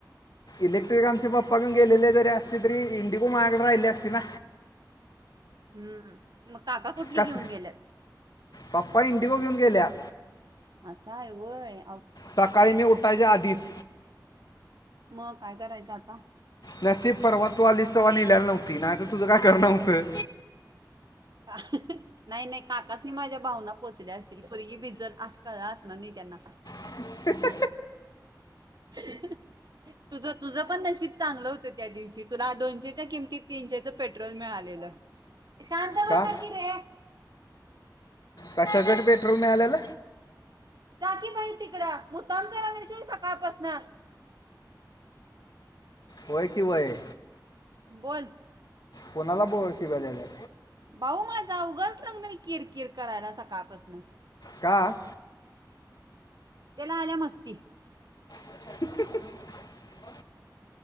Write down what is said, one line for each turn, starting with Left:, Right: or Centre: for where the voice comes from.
Left: इलेक्ट्रिक आमचे पप्पा घेऊन गेलेले जरी असले तरी इंडिगो मायाकड राहिली असतीना.
Right: <inaudible> हम्म मग काका कुठली
Left: कस
Right: घेऊन गेल्यात.
Left: पप्पा इंडिगो घेऊन गेल्यात.
Right: अस हाय होय.
Left: सकाळी मी उठायच्या आधीच.
Right: मग काय करायचं आता.
Left: नसिफ परवा तू आलीस तवा नेल्याली नव्हती नाही तर तुझं काय खरं नव्हतं.
Right: का नाही नाही काकासनी माझ्या भावना पोचल्या असतील पुरगी भिजल अस कळलं असणार नई त्यांना.
Left: <inaudible>
Right: तुझं तुझं पण नशीब चांगलं हुत त्या दिवशी तुला दोनशेच्या किमतीत तीनशेचं पेट्रोल मिळालेलं. शांता
Left: का
Right: बसा कि रे
Left: कशासाठी पेट्रोल मिळाल्याल.
Right: जा की बाई तिकड मुद्दाम करायलास होय सकाळपासन.
Left: होय कि वय
Right: बोल
Left: कोणाला ब शिवा झाला
Right: भाऊ माझं अवघाच लागलय किर किर करायला सकाळपासन
Left: का
Right: त्याला आल्यामस्ती
Left: <inaudible>